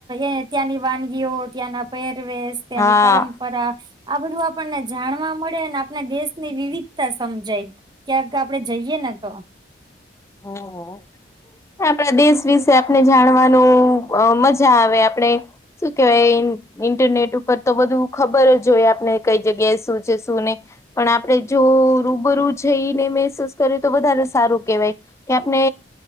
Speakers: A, on the right; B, on the left.
A: એ ત્યાંની વાનગીઓ ત્યાંના પેરવેસ ત્યાં
B: હા
A: ની પરમ્ પરા આ બધું આપણને જાણવા મળે અને આપણે દેશની વિવિધતા સમજાઈ. ક્યાંક આપડે જઈએ ને તો
B: હા. આપણા દેશ વિશે આપને જાણવાનું મજા આવે આપણે. શું કેવાય એમ ઇન્ટરનેટ ઉપર તો બધું ખબર જ હોય આપને કઈ જગ્યાએ શું છે શું નહીં. પણ આપડે જો રૂબરૂ જઈને મહેસૂસ કરએ તો બધારે સારું કેવાય. કે આપને